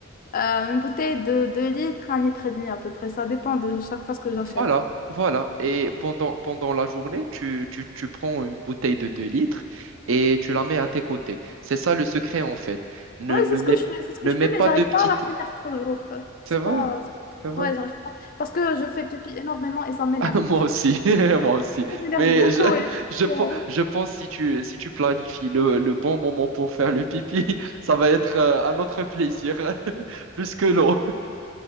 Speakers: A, on the left (about 40°); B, on the right (about 65°).
A: Euh, une bouteille de 2 litres, un litre et demi à peu près. Ça dépend de chaque fois ce que j'achète.
B: Voilà, voilà. Et pendant, pendant la journée, tu, tu, tu prends une bouteille de 2 litres et tu la mets à tes côtés. C'est ça le secret, en fait. Ne,
A: Ouais,
B: ne
A: c'est ce
B: mets,
A: que je
B: p-
A: fais, c'est ce que
B: ne
A: je
B: mets
A: fais,
B: pas
A: mais j'arrive
B: de petites.
A: pas à la finir toujours. Euh,
B: C'est
A: C'est
B: vrai,
A: pas, c'est pas-
B: c'est vrai.
A: Ouais,
B: <laughs>
A: j'arrive pas. Parce que je fais pipi énormément et ça m'énerve.
B: Ah, Moi aussi, <laughs> moi aussi.
A: Ça m'énerve
B: Mais
A: beaucoup.
B: je,
A: et,
B: je, pen-
A: euh,
B: je pense si tu, si tu planifies le, le bon moment pour faire le pipi, <laughs> ça va être euh, un autre plaisir, <laughs> plus que l'eau.